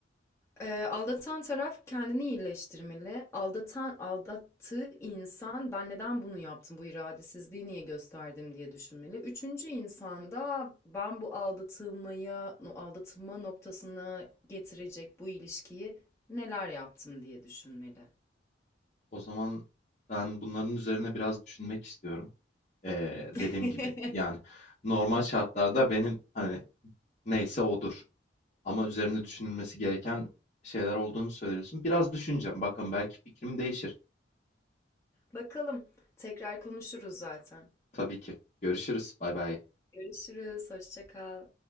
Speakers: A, on the left; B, on the left.
A: Eee, aldatan taraf kendini iyileştirmeli. Aldatan aldattığı insan ben neden bunu yaptım, bu iradesizliği niye gösterdim diye düşünmeli. Üçüncü insan da ben bu aldatılmaya, no- aldatılma noktasına getirecek bu ilişkiyi neler yaptım diye düşünmeli.
B: O zaman ben bunların üzerine biraz düşünmek istiyorum. Eee,
A: <laughs>
B: dediğim gibi, yani normal şartlarda benim, hani, neyse odur. Ama üzerine düşünülmesi gereken şeyler olduğunu söylüyorsun. Biraz düşüneceğim. Bakalım belki fikrim değişir.
A: Bakalım tekrar konuşuruz zaten.
B: Tabii ki. Görüşürüz. Bay bay.
A: Görüşürüz, hoşça kal.